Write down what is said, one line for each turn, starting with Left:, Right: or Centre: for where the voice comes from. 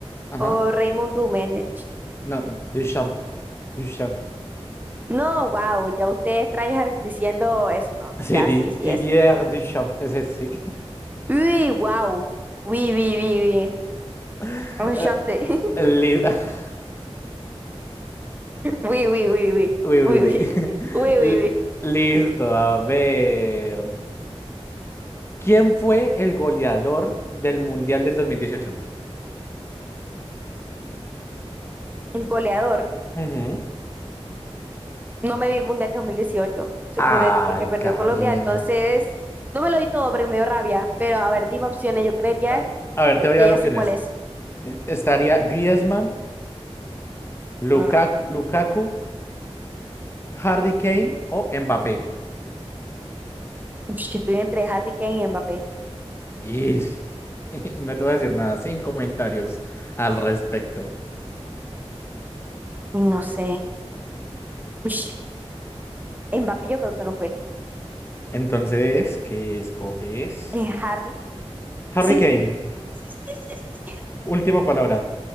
Left: Ajá.
Right: o Raymond Domenech?
Left: No, Duchamp. Duchamp. <laughs>
Right: No, wow, ya ustedes traen diciendo eso, ¿no?
Left: Sí,
Right: Ya,
Left: Di-
Right: sí,
Left: Didier
Right: sí es.
Left: Duchamp, ese sí.
Right: Uy, wow. Uy, uy, uy, uy.
Left: <laughs>
Right: Enchanté. <laughs>
Left: Eh, li- <laughs>
Right: Uy, uy, uy, uy.
Left: Uy,
Right: Uy,
Left: uy, uy.
Right: uy. Uy,
Left: <laughs> L-
Right: uy, uy.
Left: Listo, a ver. ¿Quién fue el goleador del Mundial del 2018?
Right: El goleador.
Left: Ujú.
Right: No me vi el Mundial 2018 su-
Left: Ay,
Right: de- porque perdió
Left: Karina.
Right: Colombia, entonces no me lo di todo porque me dio rabia. Pero a ver, dime opciones. Yo creería
Left: A, a ver, te voy
Right: que
Left: a dar
Right: ya
Left: opciones.
Right: sé cuál es.
Left: E- Estaría Griezmann, Lukaku,
Right: Mm,
Left: Lukaku, Harry Kane o Mbappé.
Right: ush, estoy entre Harry Kane y Mbappé.
Left: Ish. <laughs> Y no te voy a decir nada, sin comentarios al respecto.
Right: Uy, No sé. Ush, Mbappé yo creo que no fue.
Left: Entonces, ¿qué escoges?
Right: Eh, Harry.
Left: Harry
Right: Sí,
Left: Kane,
Right: sí, sí, sí, sí, sí.
Left: última palabra.